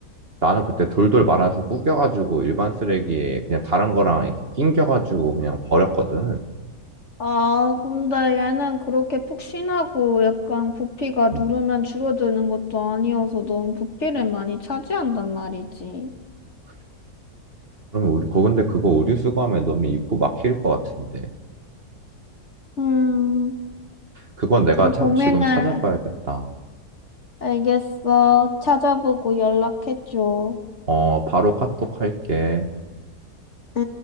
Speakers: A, on the right; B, on the left.
A: 나는 그때 돌돌 말아서 구겨가지고 일반 쓰레기에 그냥 다른 거랑 이렇게 낑겨가지고 그냥 버렸거든.
B: 아, 근데 얘는 그렇게 푹신하고 약간 부피가
A: 어,
B: 누르면 줄어드는 것도 아니어서 너무 부피를 많이 차지한단 말이지.
A: 그래. 그러면 우리, 거 근데 그거 의류 수거하면 너무 입고 막힐 것 같은데.
B: 음,
A: 그건 내가
B: 좀
A: 참
B: 고민을
A: 지금 찾아봐야겠다.
B: 알겠어. 찾아보고 연락해줘.
A: 어, 바로 카톡 할게.
B: 응.